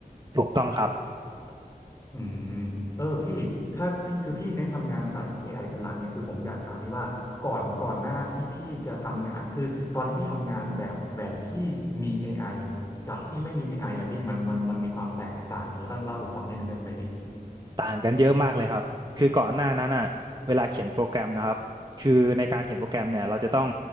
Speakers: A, on the right; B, on the left.
A: ถูกต้องครับ
B: อืมเออพี่ถ้าพี่คือพี่เน้นทำงานสายพวก AI เป็นหลักเนี่ยคือผมอยากถามพี่ว่าก่อนก่อนหน้าที่พี่จะทำงานคือตอนที่พี่ทำงานแบบแบบที่มี AI กับที่ไม่มี AI อไออ่ะพี่มันมันมันมีความแตกต่างยังไงบ้างเล่าให้ผมฟังนิดหนึ่งได้ไหมพี่
A: ต่างกันเยอะมากเลยครับคือก่อนหน้านั้นอ่ะเวลาเขียนโปรแกรมนะครับ คือในการเขียนโปรแกรมเนี่ยเราจะต้อง